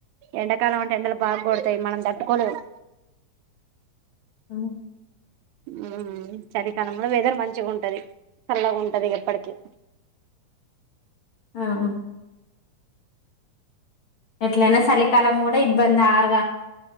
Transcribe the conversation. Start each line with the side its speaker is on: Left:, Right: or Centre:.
Right: ఎండాకాలం అంటే ఎండలు బాగ కొడతాయి మనం తట్టుకోలేము
Left: ఉమ్
Right: ఉమ్మ్ చలికాలం కూడా వెదర్ మంచిగుంటది చల్లగుంటదిగ ఎప్పటికి
Left: ఆహా ఎట్లయినా చలికాలం కూడా ఇబ్బంది ఆర్